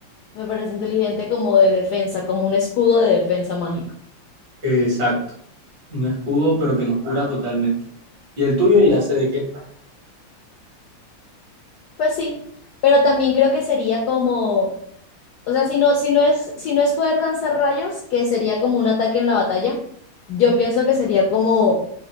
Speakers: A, on the left; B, on the right.
A: Me parece inteligente como de defensa, como un escudo de defensa mágico.
B: Exacto. Un escudo, pero que nos cura totalmente. Y el tuyo ya sé de qué.
A: Pues sí, pero también creo que sería como, o sea, si no, si no es, si no es poder lanzar rayos, que sería como un ataque en la batalla, yo pienso que sería como